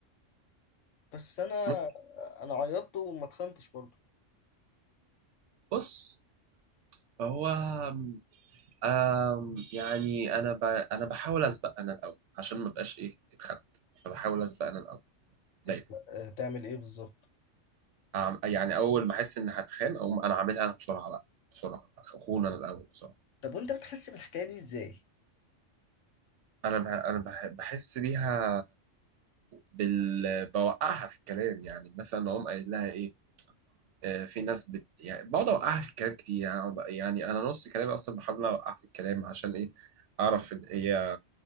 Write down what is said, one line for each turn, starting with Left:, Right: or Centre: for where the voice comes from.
Left: بس انا
Right: م-
Left: انا عيطت وما اتخنتش برضه
Right: بص هو آم آم، يعني انا ب... انا بحاول اسبق انا الاول عشان ما بقاش ايه اتخنت فبحاول اسبق انا الاول
Left: تسمع
Right: دايما
Left: آه، تعمل ايه بالظبط
Right: أعم- يعني اول ما احس ان هتخان اقوم انا عاملها انا بسرعه بقى بسرعه اخون انا الاول بسرعه
Left: طب وانت بتحس بالحكايه دي ازاي
Right: انا بح... انا بح... بحس بيها بال... بوقعها في الكلام يعني مثلا اقوم قايل لها ايه آه، في ناس بت... يعني بقعد اوقعها في الكلام كتير يعني أقعد- يعني انا نص كلامي اصلا بحاول اوقعها في الكلام عشان ايه اعرف ان هي